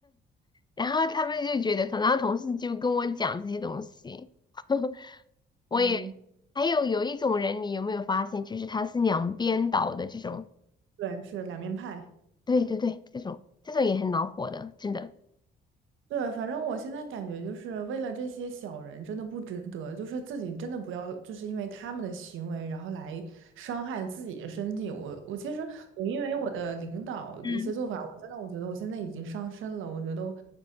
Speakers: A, on the left; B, on the right.
A: 然后他们就觉得，然后同事就跟我讲这些东西，<laughs> 我也还有有一种人，
B: 嗯，
A: 你有没有发现，就是他是两边倒的这种，
B: 对，是两面派。
A: 对对对，这种这种也很恼火的，真的，
B: 对，反正我现在感觉就是为了这些小人真的不值得，就是自己真的不要，就是因为他们的行为，然后来伤害自己的身体。我我其实我因为我的领导的一些做法，
A: 嗯，
B: 我真的我觉得我现在已经伤身了。我觉得我